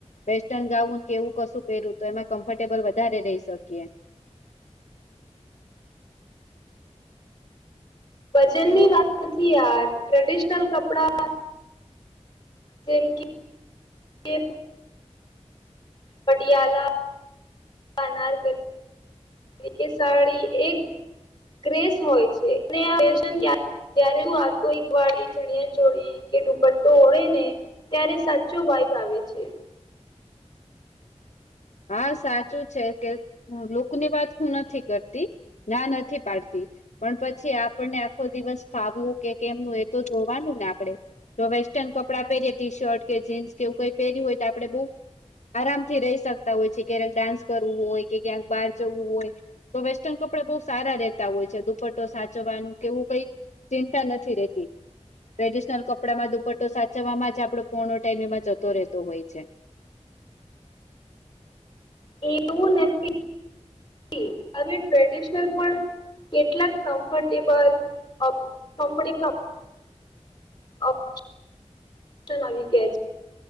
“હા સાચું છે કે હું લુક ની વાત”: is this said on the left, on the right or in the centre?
Left